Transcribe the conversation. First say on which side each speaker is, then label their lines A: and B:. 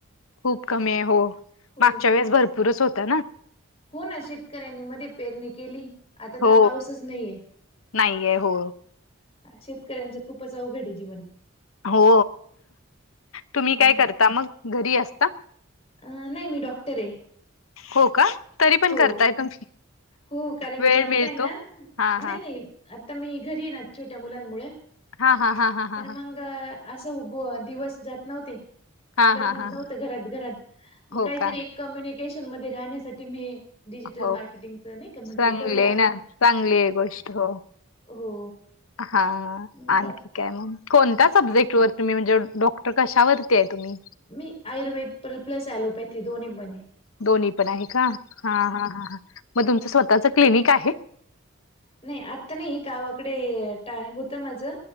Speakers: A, on the left (about 75°); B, on the left (about 30°).
A: खूप कमी आहे हो
B: हो
A: मागच्या वेळेस भरपूरच होता ना.
B: हो ना शेतकऱ्यांनी मध्ये पेरणी केली आता
A: हो
B: तर पाऊसच नाहीये.
A: नाहीये हो.
B: शेतकऱ्यांचं खूपच अवघड आहे जीवन
A: हो
B: हम्म.
A: तुम्ही काय करता मग घरी असता.
B: अ नाही मी डॉक्टर आहे.
A: हो का? तरी पण
B: हो.
A: करताय तुम्ही
B: हो कारण
A: वेळ
B: की आता
A: मिळतो
B: हायना
A: हा
B: नाही
A: हा
B: नाही. आता मी घरी आहे. ना छोट्या मुलांमुळे
A: हा हा हा हा हा
B: तर
A: हा
B: मग असं दिवस जात नव्हते.
A: हा
B: करमत
A: हा हा
B: नव्हतं घरात घरात मग
A: हो
B: काहीतरी
A: का?
B: कम्युनिकेशन मध्ये राहण्यासाठी मी डिजिटल
A: हो
B: मार्केटिंगचं नाही का म्हटलं
A: चांगलेय
B: करूया आपण.
A: ना चांगली आहे गोष्ट हो.
B: हो,
A: हा
B: मग
A: आणखी
B: आत
A: काय मग कोणत्या सब्जेक्ट वरतीुमही म्हणजे डॉक्टर कशावरती आहे तुम्ही
B: मी आयुर्वेद प प्लस ऍलोपॅथी दोन्ही बने.
A: दोन्ही पण आहे का हा हा हा हा म तुमचं स्वतःच क्लिनिक आहे.
B: नय आत्ता नाही गावाकडे. टाय हुतं माझं